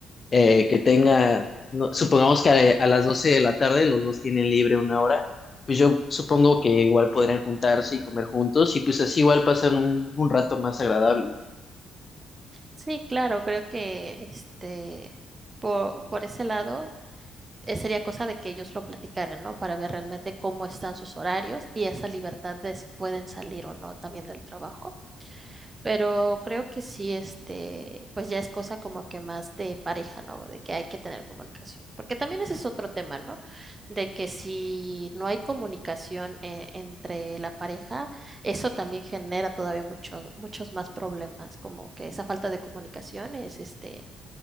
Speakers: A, on the left; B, on the right.
A: eh, que tenga, no- supongamos que a, a las 12 de la tarde los dos tienen libre una hora, pues yo supongo que igual podrían juntarse y comer juntos y pues así igual pasan un, un rato más agradable.
B: Sí, claro, creo que este, por, por ese lado eh, sería cosa de que ellos lo platicaran, ¿no? Para ver realmente cómo están sus horarios y esa libertad de si pueden salir o no también del trabajo. Pero creo que sí, este, pues ya es cosa como que más de pareja, ¿no? De que hay que tener comunicación. Porque también ese es otro tema, ¿no? De que si no hay comunicación eh, entre la pareja, eso también genera todavía muchos, muchos más problemas, como que esa falta de comunicación es este,